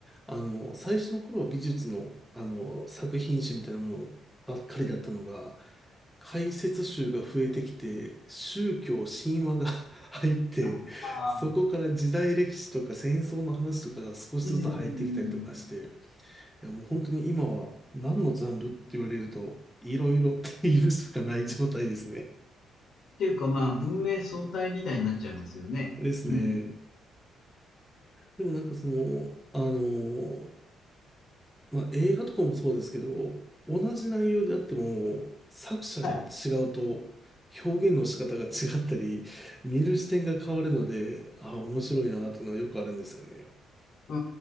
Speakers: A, in the centre; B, on the left.
A: あの、最初の頃は美術の、あの、作品集みたいなものばっかりだったのが、解説集が増えてきて、宗教、神話が <laughs> 入って、
B: そうか。
A: そこから時代歴史とか戦争の話とかが少しずつ入ってきたりとかして、
B: うんうんうんうん。
A: いやもう本当に今は何のジャンルって言われると、いろいろっていうしかない状態ですね。
B: っていうか、まあ、文明相対みたいになっちゃいますよね。
A: ですね。
B: うん。
A: でもなんかその、あのまあ、映画とかもそうですけど、同じ内容であっても、作者が違うと、
B: はい。
A: 表現の仕方が違ったり、見る視点が変わるので、ああ、面白いなーっていうのはよくあるんですよね。
B: う